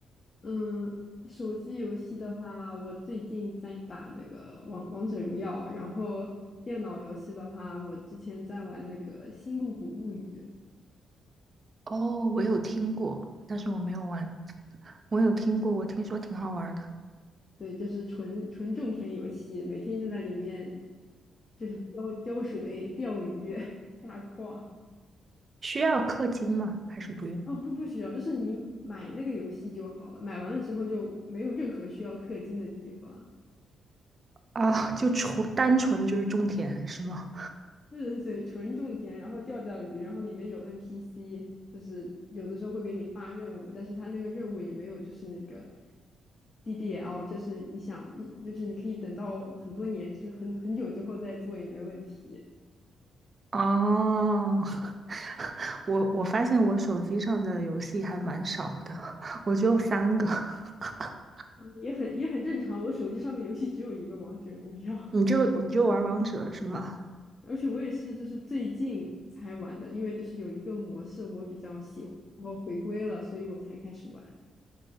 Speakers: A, on the left; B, on the right.
A: 嗯，手机游戏的话，我最近在打那个王王者荣耀，然后电脑游戏的话，我之前在玩那个《星露谷物语》。
B: 哦，我有听过，但是我没有玩。我有听过，我听说挺好玩的。
A: 对，就是纯纯种田游戏，每天就在里面，就是浇浇水、钓鱼、<laughs> 下矿。
B: 需要氪金吗？还是不用？
A: 哦，不，不需要，就是你买那个游戏就好了，买完了之后就没有任何需要氪金的地方。
B: 啊，就纯单纯就是种田是吗？
A: 对对对，纯种田，然后钓钓鱼，然后里面有 NPC，就是有的时候会给你发任务，但是他那个任务也没有，就是那个 DDL，就是你想，你就是你可以等到很多年，就是很很久之后再做也没问题。
B: 哦，<laughs> 我我发现我手机上的游戏还蛮少的，我只有三个。<laughs>
A: 嗯也很也很正常。我手机上面游戏只有一个王者荣耀，
B: 你就你就玩王者是吗？
A: <laughs> 而且我也是就是最近才玩的，因为就是有一个模式我比较喜欢，然后回归了，所以我才开始玩。